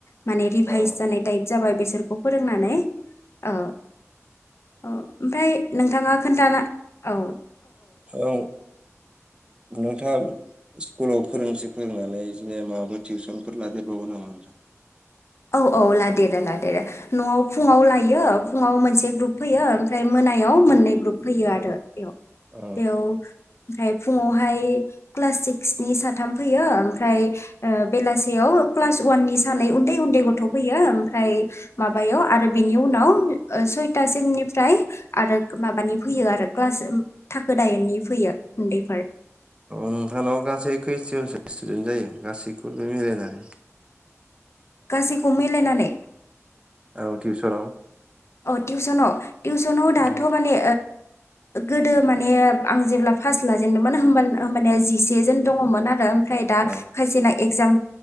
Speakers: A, on the left (about 55°); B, on the right (about 20°).
A: माने रिभाइस
B: औ
A: जानाय टाइप जाबाय बेसोरखौ फोरोंनानै औ। औ ओमफ्राय नोंथाङा खोन्थाना औ
B: औ। नोंथाङा स्कुलाव फोरोंसै फोरोंनानै बिदिनो माबाफोर टिउसनफोर लादेरबावगो नामा? <inaudible>
A: औ औ लादेरो लादेरो न'आव फुङाव लायो फुङाव मोनसे ग्रुप फैयो ओमफ्राय मो नायाव मोननै ग्रु फयो आरो बेयाव
B: औ
A: बेयाव। ओमफ्राय फुङावहाय क्लास सिक्सनि साथाम फैयो ओमफ्राय बेलासेयाव क्लास ववाननि सानै उन्दै उ न्दै गथ' फैयो ओमफ्राय माबायाव आरो बिनि उनाव सयथासिमनिफ्राय आरो माबानि फैयो आरो क्लास थाखो दाइेननि फैयो उन्दैफोर।
B: नोंथांनाव गासै क्रिसटियनसलिस स्टुडेन्ट जायो गासैखौबो मिलायनानै।
A: गासैखौ मिलायनानै
B: औ टिउसनाव?
A: औ टिउसनाव टिउसनाव दाथ'
B: औ
A: माने गोदो माने आं जेब्ला फास लाजेनदोंमोन होमबा माने जिसे जोन दङमोन आरो। ओमफ्राय दा
B: औ
A: खायसेना एक्जाम